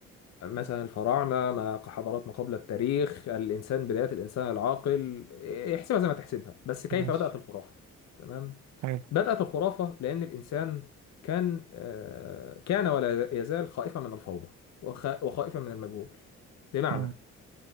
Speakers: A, on the left (about 60°); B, on the right (about 70°).
A: مثلا الفراعنة ما كحضارات ما قبل التاريخ الإنسان بداية الإنسان العاقل إيه، احسبها زي ما تحسبها بس كيف
B: ماشي
A: بدأت الخرافة تمام
B: حلو
A: بدأت الخرافة لأن الإنسان كان آه، كان ولا يزال خائفا من الفوضى وخ- وخائفا من المجهول بمعنى
B: مم.